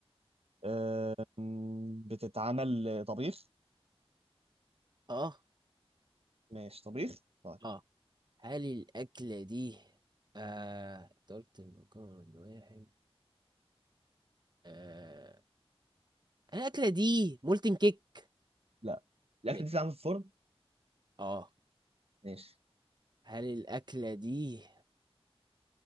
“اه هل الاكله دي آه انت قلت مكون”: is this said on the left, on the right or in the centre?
Right